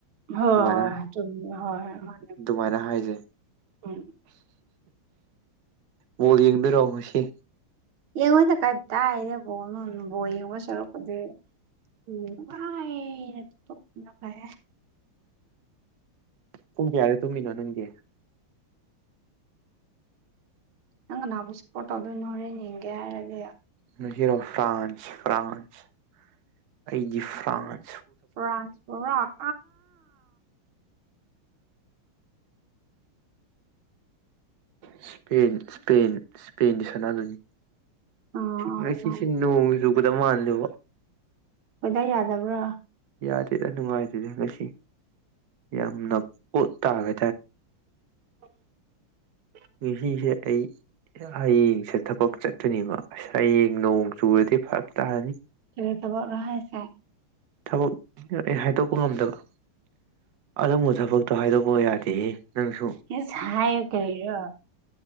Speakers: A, on the right (about 75°); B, on the right (about 55°).
A: ꯍꯣꯏ ꯍꯣꯏ
B: ꯑꯗꯨꯃꯥꯏꯅ
A: ꯆꯨꯝꯃꯤ ꯍꯣꯏ ꯍꯣꯏ ꯃꯥꯅꯦ
B: ꯑꯗꯨꯃꯥꯏꯅ ꯍꯥꯏꯁꯦ
A: ꯎꯝ
B: ꯕꯣꯜ ꯌꯦꯡꯗꯣꯏꯔꯣ ꯉꯁꯤ
A: ꯌꯦꯡꯉꯣꯏꯗ ꯀꯥꯏꯗꯥꯏꯗꯩ ꯕꯣꯟꯅꯣ ꯕꯣꯟ ꯌꯦꯡꯕ ꯁꯔꯨꯛꯄꯨꯗꯤ <unintelligible>
B: ꯄꯨꯡ ꯀꯌꯥꯗ ꯇꯨꯝꯃꯤꯅꯣ ꯅꯪꯗꯤ
A: ꯅꯪ ꯀꯅꯥꯕꯨ ꯁꯞꯄꯣꯔꯠ ꯇꯧꯗꯣꯏꯅꯣ ꯍꯣꯔꯦꯟ ꯌꯦꯡꯒꯦ ꯍꯥꯏꯔꯗꯤ
B: ꯉꯁꯤꯔꯣ ꯐ꯭ꯔꯥꯟꯁ ꯐ꯭ꯔꯥꯟꯁ ꯑꯩꯒꯤ ꯐ꯭ꯔꯥꯟ
A: ꯐ꯭ꯔꯥꯟꯁ ꯄꯨꯔ
B: ꯏꯁꯄꯦꯟ ꯏꯁꯄꯦꯟ ꯏꯁꯄꯦꯟꯒ ꯁꯥꯟꯅꯒꯅꯤ
A: ꯑꯥ ꯑꯥ
B: ꯉꯁꯤꯁꯦ
A: ꯃꯥꯅꯦ
B: ꯅꯣꯡ ꯆꯨꯒꯗꯕ ꯃꯥꯜꯂꯦꯀꯣ
A: ꯋ‌ꯦꯗꯔ ꯌꯥꯗꯕ꯭ꯔꯥ
B: ꯌꯥꯗꯦꯗ ꯅꯨꯡꯉꯥꯏꯇꯦꯗ ꯉꯁꯤ ꯌꯥꯝꯅ ꯄꯣꯠ ꯇꯥꯕ
A: <inaudible>
B: ꯉꯁꯤꯁꯦ ꯑꯩ ꯍꯌꯦꯡꯁꯦ ꯊꯕꯛ ꯆꯠꯇꯣꯏꯅꯤꯕ ꯑꯁ ꯍꯌꯦꯡ ꯅꯣꯡ ꯆꯨꯔꯗꯤ ꯐꯔꯛ ꯇꯥꯅꯤ
A: ꯀꯔꯤ ꯊꯕꯛꯂꯥ ꯍꯥꯏꯁꯦ
B: ꯊꯕꯛ ꯑꯩ ꯍꯥꯏꯗꯣꯛꯄ ꯉꯝꯗꯕ ꯑꯗꯨꯝꯕ ꯊꯕꯛꯇꯣ ꯍꯥꯏꯗꯣꯛꯄ ꯌꯥꯗꯦꯍꯦ ꯅꯪꯁꯨ
A: ꯏꯁ ꯍꯥꯏꯌꯨ ꯀꯔꯤꯔꯣ